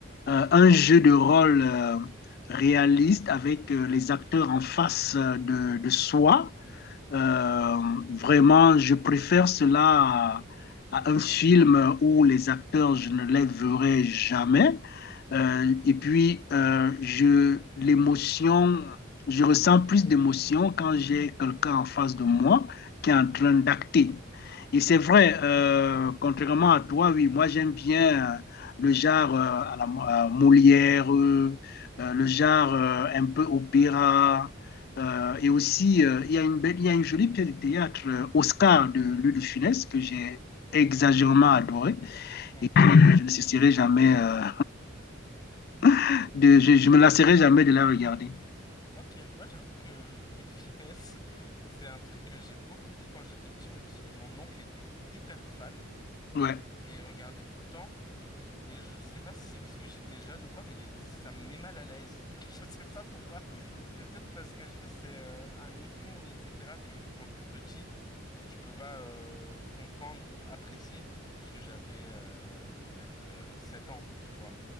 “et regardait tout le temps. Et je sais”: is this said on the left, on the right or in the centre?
Left